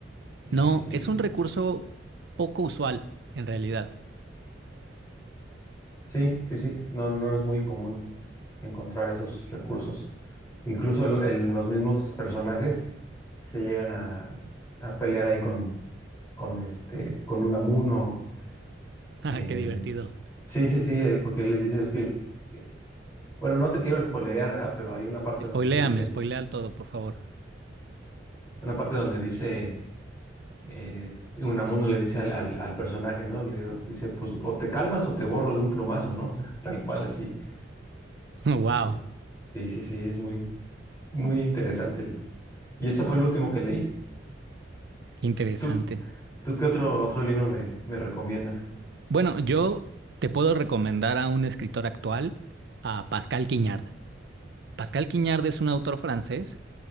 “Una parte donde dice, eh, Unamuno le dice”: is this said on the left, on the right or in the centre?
Left